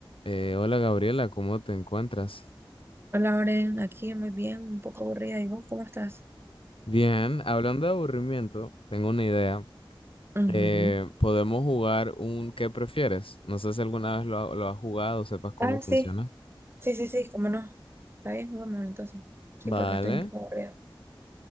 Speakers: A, on the left (about 85°); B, on the right (about 25°).
A: Eh, hola Gabriela, ¿cómo te encuentras?
B: Hola, Oren, aquí muy bien, un poco aburrida. ¿Y vos cómo estás?
A: Bien, hablando de aburrimiento, tengo una idea.
B: Ujú.
A: Eh, podemos jugar un ¿qué prefieres? No sé si alguna vez lo, ha- lo has jugado o sepas cómo
B: Ah,
A: funciona.
B: sí, sí, sí, sí, cómo no. Está bien, vamos entonces. Sí,
A: Vale.
B: porque estoy un poco aburrida.